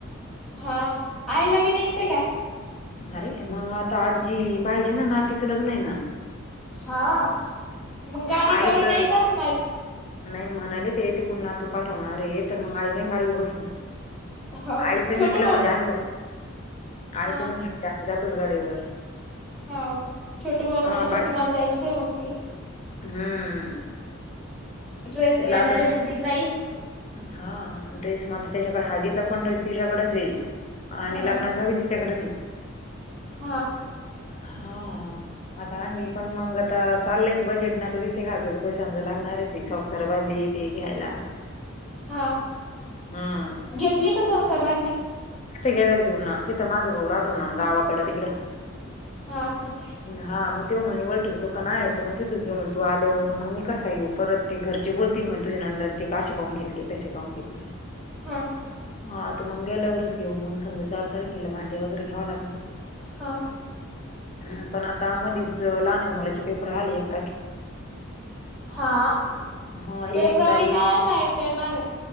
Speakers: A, in the centre; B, on the left.
A: हा, आईला बी न्यायच काय?
B: अरे, मग आता आजी पाहिजे ना, नातीचं लग्न ये ना.
A: हा, मंग गाडी
B: आई
A: करून
B: तर
A: न्यायच असणार?
B: नाही म्हणाले ते, तिकून नातू पाठवणार रे, तर मंग आई जाईन गाडीवर बसून.
A: हा
B: आईचं
A: छोटू
B: मिटलं
A: भाऊ
B: म्हणजे आम्ही ब, आईचं
A: हा
B: मिटलं म्हणजे आम्ही जातोच गाडीवर.
A: हाउ का, छोटू भाऊ
B: हा
A: म्हणत
B: बा
A: होते मला जायच आहे म्हणे.
B: हम्म
A: ट्रेस
B: त्याला
A: घेणारे
B: आता
A: म्हणे ती ताई.
B: हा ड्रेस म आता त्याच्याकड, हाळदीचा पण ड्रेस तिच्याकडेच ये आणि
A: हा
B: लग्नाचा बी तिच्याकडच ये.
A: हा
B: हा आता आम्ही पण मंग आता चाललयचं बजेट ना तर वीस एक हजार रुपये समजा लागणारच ये संसार बादलीत ते घ्यायला
A: हा,
B: हम्म
A: घेतली का संसार बादली?
B: तिथं गेल्यावर घेऊन ना, तिथं माझा भाऊ राहतो ना गावाकडं तिकडं.
A: हा का
B: हा मग त्यो म्हणे, वळखीचं दुकान आहे तर मंग तिथंच घेउ म्हण तू आल्यावर, तर मंग मी कस काय येऊ परत. ते घरचे बोलतील म्हण तुझ्या नंदा न ते का असे कावून घेतले, तसे कावून घेतले.
A: हा
B: हा तर मग गेल्यावरच घेऊ मंग समजा, चार तारखेला भांडे वगैरे घ्याव लागन.
A: हा
B: हम पण आता मधीच लहान मुलानची पेपर आलीत.
A: हा
B: हा
A: पेपरा
B: एक तारीख
A: बी काय अशी ऐन टाईम आलेत.